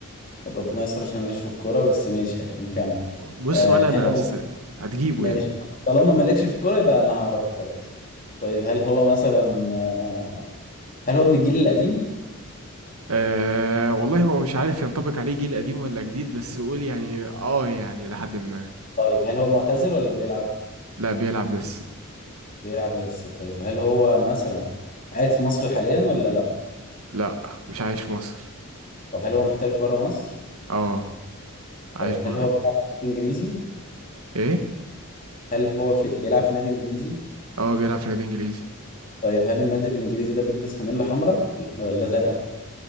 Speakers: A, on the left (about 40°); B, on the right (about 75°).
A: طب ربنا يستر عشان ماليش في الكورة بس ماشي نكمل
B: بص
A: آه،
B: ولا
A: هل
B: انا
A: هو
B: س-
A: <laughs>
B: هتجيبه
A: ماشي
B: يعني
A: طالما مالكش في الكورة يبقى انا هعرف خلاص طيب هل هو مثلا آه، هل هو من الجيل القديم
B: آه والله هو مش عارف ينطبق عليه جيل قديم ولا جديد بس قول يعني اه يعني لحد ما
A: طيب هل هو معتزل ولا بيلعب
B: لا بيلعب لسه
A: بيلعب لسه طيب هل هو مثلا قاعد في مصر حاليا ولا لا
B: لا مش عايش في مصر
A: طب هل هو محترف بره مصر
B: اه عايش
A: طيب
B: بره
A: هل هو بيلعب في نادي انجليزي
B: ايه
A: هل هو في... بيلعب في نادي انجليزي
B: اه بيلعب في نادي انجليزي
A: طيب هل النادي الانجليزي ده بيلبس فانيلا حمراء ولا زرقاء